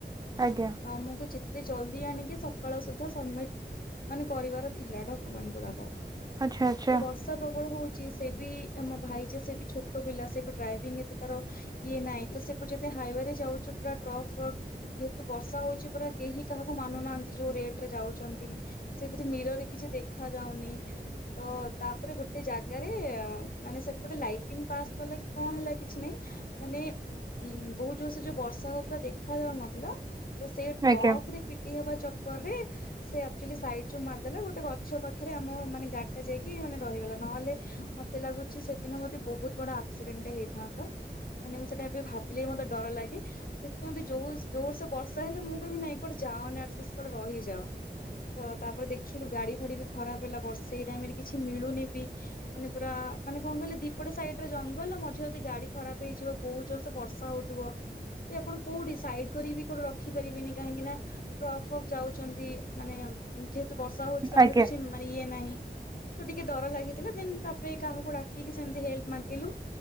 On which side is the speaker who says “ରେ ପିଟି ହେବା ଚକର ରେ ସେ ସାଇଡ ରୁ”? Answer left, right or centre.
Left